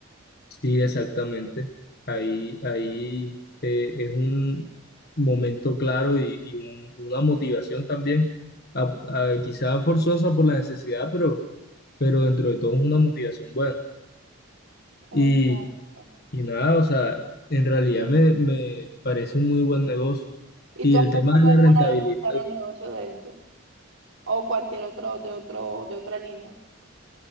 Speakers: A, on the left (about 45°); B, on the right (about 65°).
A: Sí, exactamente. Ahí, ahí eh, es un momento claro y, y un- una motivación también, a- a- quizá forzosa por la necesidad, pero, pero dentro de todo es una motivación buena.
B: Exacto.
A: Y, y nada, o sea, en realidad me, me parece un muy buen negocio.
B: ¿Y
A: Y
B: tú has
A: el
B: pensado
A: tema de
B: alguna
A: la rentabilidad.
B: vez montar un negocio de estos? O cualquier otro, de otro, de otra línea.